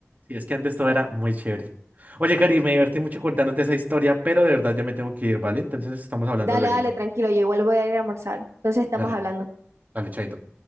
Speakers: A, on the right (about 40°); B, on the right (about 85°).
A: sí, es que antes todo era muy chévere. Oye, Cari, me divertí mucho contándote esa historia, pero de verdad ya me tengo que ir, ¿vale? Entonces estamos hablando
B: Dale,
A: lueguito.
B: dale, tranquilo, yo igual voy a ir a almorzar. Entonces estamos
A: Dale,
B: hablando.
A: dale, chaito.